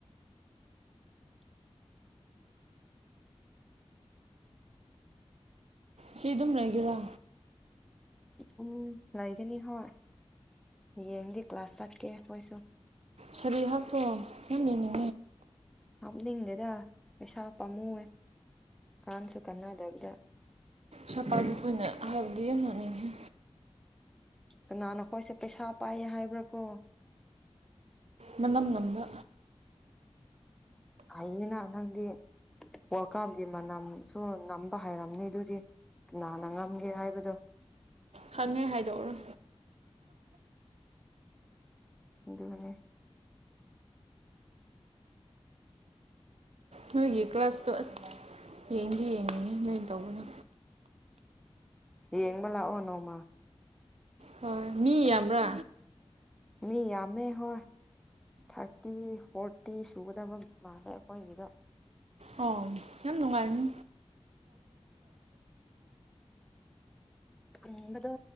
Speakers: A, on the right; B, in the centre.
A: ꯁꯤ ꯑꯗꯨꯝ ꯂꯩꯒꯦꯔꯥ
B: ꯑꯗꯨꯝ ꯂꯩꯒꯅꯤ ꯍꯣꯏ ꯌꯦꯡꯗꯤ ꯀ꯭ꯂꯥꯁ ꯆꯠꯀꯦ ꯃꯣꯏꯁꯨ
A: ꯁꯥꯔꯤ ꯍꯥꯞꯄ꯭ꯔꯣ ꯅ ꯌꯦꯅꯤꯡꯉ
B: ꯍꯥꯞꯅꯤꯡꯗꯦꯗ ꯄꯩꯁꯥ ꯄꯥꯝꯃꯨꯑꯦ ꯀꯥꯟꯁꯨ ꯀꯟꯅꯗꯕꯤꯗ
A: ꯁꯐꯥꯏꯕ ꯐꯣꯏꯅ ꯍꯥꯏꯕꯗꯤ ꯌꯥꯝ ꯂꯅꯤꯡꯉꯤ
B: ꯀꯅꯥꯅꯣꯈꯣꯏꯁꯦ ꯄꯩꯁꯥ ꯄꯥꯏꯌꯦ ꯍꯥꯏꯕ꯭ꯔꯥ ꯀꯣ
A: ꯃꯅꯝ ꯅꯝꯕ
B: ꯑꯩꯅ ꯅꯪꯗꯤ ꯋꯥꯀꯥꯞꯒꯤ ꯃꯅꯝ ꯁꯨ ꯅꯝꯕ ꯍꯥꯏꯔꯝꯅꯤ ꯑꯗꯨꯗꯤ ꯀꯅꯥꯅ ꯉꯝꯒꯦ ꯍꯥꯏꯕꯗꯣ
A: ꯈꯪꯉꯦ ꯍꯥꯏꯗꯣꯛꯔꯣꯏ
B: ꯑꯗꯨꯒꯅꯦ
A: ꯅꯣꯏꯒꯤ ꯀ꯭ꯂꯥꯁꯇꯣ ꯑꯁ ꯌꯦꯡꯗꯤ ꯌꯦꯡꯅꯤꯡꯉ ꯅꯣꯏ ꯇꯧꯕꯗꯣ
B: ꯌꯦꯡꯕ ꯂꯥꯛꯑꯣ ꯅꯣꯡꯃ
A: ꯍꯣꯏ ꯃꯤ ꯌꯥꯝꯕ꯭ꯔꯥ
B: ꯃꯤ ꯌꯥꯝꯃꯦ ꯍꯣꯏ ꯊꯥꯔꯇꯤ ꯐꯣꯔꯇꯤ ꯁꯨꯒꯗꯕ ꯃꯥꯜꯂꯦ ꯑꯩꯈꯣꯏꯒꯤꯗꯣ
A: ꯑ ꯌꯥꯝ ꯅꯨꯡꯉꯥꯏꯅꯤ
B: ꯑꯝꯕꯗꯣ